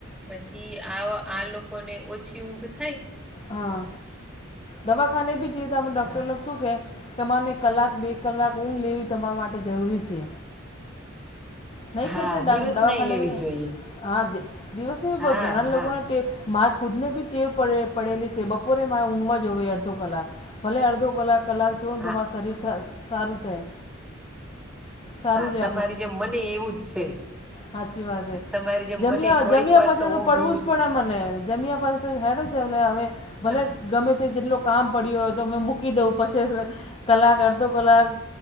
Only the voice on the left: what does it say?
હા દવાખાને બી જઈએ તમે ડોક્ટરને
શું કહે તમાને કલાક, બે કલાક ઊંઘ લેવી તમારા માટે જરૂરી છે. નહીં
કેતા દ
દવાખાને
મે,
હા દે, દિવસને બી
બહોત ઘણા
લોકોને ટેવ મારે ખુદને બી ટેવ પડે પડેલી છે, બપોરે મારે ઊંઘવા જોવે અડધો કલાક. ભલે અડધો કલાક, કલાક જોવો ને,
તો માર શરીર થ સારું થાય. સારું
રહે
હાચી વાત હે.
જમ્યા-જમ્યા
પછી
તો પડવું
જ પડે મને, જમ્યા પછી તો હારું ઓલા હવે ભલે
ગમે તે જેટલો કામ પડ્યો હોય, તો મે મૂકી દઉં પછી કલાક, અડધો કલાક